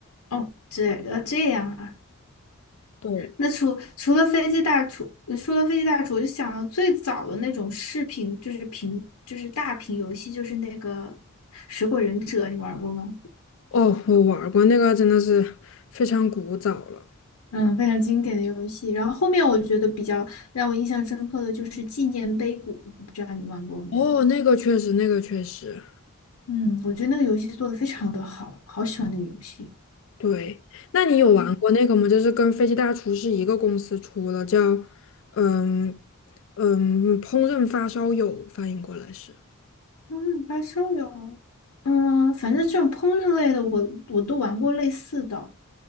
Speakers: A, on the left (about 80°); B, on the left (about 60°).
A: 哦，这呃这样啊。
B: 对，
A: 那除除了飞机大厨，说到飞机大厨，我就想到最早的那种视频，就是屏，就是大屏游戏，就是那个《水果忍者》，你玩过吗？
B: 哦，我玩儿过那个，真的是非常古早了。
A: 嗯，非常经典的游戏。然后后面我觉得比较让我印象深刻的就是《纪念碑谷》，我不知道你玩过没有？
B: 哦，那个确实，那个确实。
A: 嗯，我觉得那个游戏做的非常的好，好喜欢那个游戏。
B: 对，那你有玩过那个吗？
A: 嗯，
B: 就是跟《飞机大厨是一个公司出的，叫嗯嗯“烹饪发烧友”，翻译过来是
A: 嗯，八烧友，嗯，反正这种烹饪类的我我都玩过类似的。